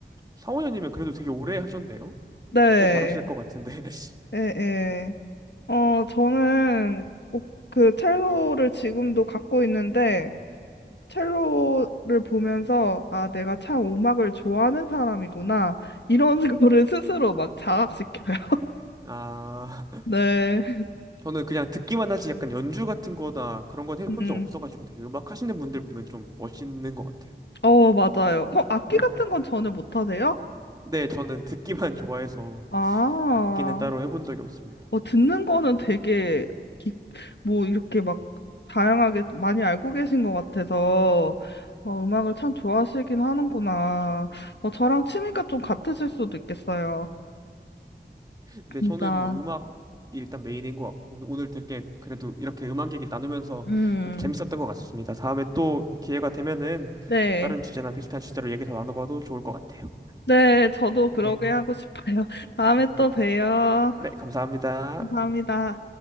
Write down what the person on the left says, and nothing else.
네.
예, 예. 어, 저는 꼭 그 첼로를 지금도 갖고 있는데 첼로를 보면서 아, 내가 참 음악을 좋아하는 사람이구나. 이런 <laughs> 거를 스스로 막 자각시켜요.
네.
음.
어, 맞아요. 어, 악기
같은 건 전혀 못 하세요?
아.
어, 듣는 거는 되게, 기, 뭐, 이렇게 막, 다양하게 많이 알고 계신 것 같아서, 어, 음악을 참 좋아하시긴 하는구나. 어, 저랑 취미가 좀 같으실 수도 있겠어요.
진짜.
음,
네.
네, 저도 그러게
하고 싶어요. <laughs> 다음에
또 봬요.
감사합니다.